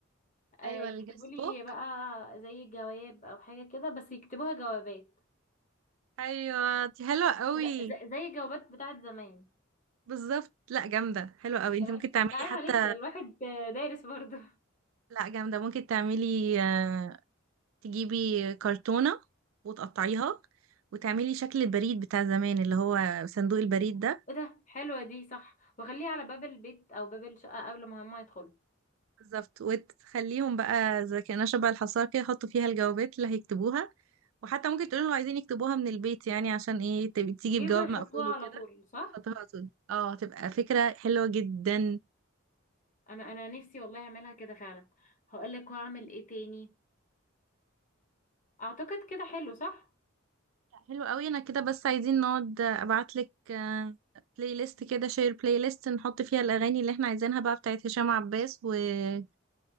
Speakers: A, on the left; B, on the right.
A: آه
B: ايوه
A: يكتبوا
B: الجيست
A: لي
B: بوك
A: بقى زي جواب او حاجة كده بس يكتبوها جوابات
B: ايوه دي حلوه قوي
A: لا، زي زي الجوابات بتاعت زمان
B: بالظبط لا جامده حلوه قوي انت
A: لا
B: ممكن تعملي
A: لا عيب
B: حتى
A: عليكي الواحد دارس برضه
B: لا جامده ممكن تعملي آه، تجيبي كرتونة وتقطعيها وتعملي شكل البريد بتاع زمان اللي هو صندوق البريد ده
A: ايه ده حلوة دي صح واخليه على باب البيت او باب الشقة قبل ما هما يدخلوا
B: بالظبط وتخليهم بقى زي كأنها شبه الحصاكة كده يحطوا فيها الجوابات اللي هيكتبوها وحتى ممكن تقولوا لو عايزين يكتبوها من البيت يعني عشان ايه تبقي تيجي
A: يجوا
B: بجواب
A: يحطوها
B: مقفول
A: على
B: وكده
A: طول صح
B: تحطوها طول اه تبقى فكرة حلوة جدا
A: انا انا نفسي والله اعملها كده فعلا هقولك وهعمل ايه تاني اعتقد كده حلو صح
B: حلو قوي انا كده بس عايزين نقعد ابعتلك آه، بلاي ليست كده شير بلاي ليست نحط فيها الاغاني اللي احنا عايزينها بقى بتاعت هشام عباس وإيهاب